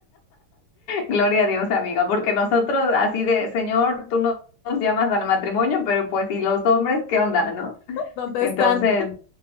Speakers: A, on the left; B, on the left.
A: Gloria a Dios, amiga, porque nosotros así de, Señor, tú no- nos llamas al matrimonio, pero pues, ¿y los hombres qué onda, no?
B: <laughs> ¿Dónde
A: Entonces...
B: están?